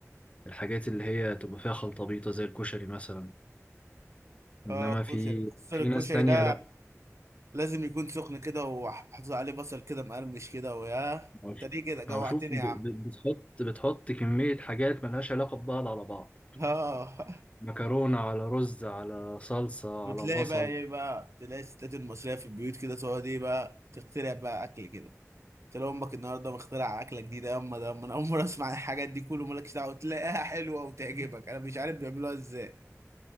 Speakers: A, on the left; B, on the right.
A: الحاجات اللي هي تبقى فيها خلطة بيضة زي الكشري مثلا انما
B: اه الكشري
A: في
B: خصوصا
A: في
B: الكشري
A: ناس تانية
B: ده
A: لا
B: لازم يكون سخن كده وحافظ عليه بصل كده مقرمش كده ويا انت
A: أو ش-
B: دي كده جوعتني
A: أو شوف ب-
B: يا عم
A: ب- بتحط بتحط كمية حاجات ملهاش علاقة ببعض على بعض
B: اه <laughs>
A: مكرونة على رز على صلصة
B: وتلاقي
A: على بصل
B: بقى ايه بقى تلاقي الستات المصرية في البيوت كده تقعد ايه بقى تخترع بقى اكل كده قلت له امك النهارده مخترع اكله جديده يا اما ده أما انا اول مره اسمع عن الحاجات دي كله مالكش دعوه تلاقيها حلوه وتعجبك انا مش عارف بيعملوها ازاي